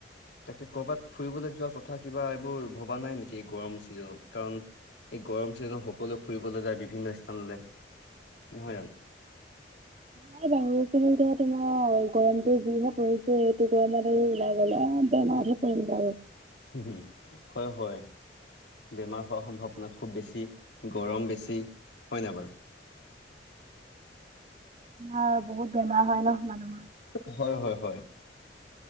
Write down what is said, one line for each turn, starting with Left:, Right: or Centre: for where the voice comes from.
Left: তাকে কৰ'বাত ফুৰিবলৈ যোৱা কথ কিবা এইবোৰ ভবা নাই নেকি গৰম চিজনত কাৰণ এই গৰম চিজনত সকলোৱে ফুৰিবলৈ যায় বিভিন্ন স্থানলৈ, নহয় জানো।
Right: নাই বাৰু কিন্তু এতিয়া তোমাৰ গৰমটো যি পৰিছে এইটো গৰমত আৰু ওলাই গ'লে বেমাৰ হব <unintelligible>
Left: উম' হম' হয় হয়, বেমাৰ হোৱা সম্ভাৱনা খুব বেছি। গৰম বেছি, হয় ন বাৰু।
Right: অ' বহুত বেমাৰ হয় ন মানুহৰ।
Left: হয় হয় হয়।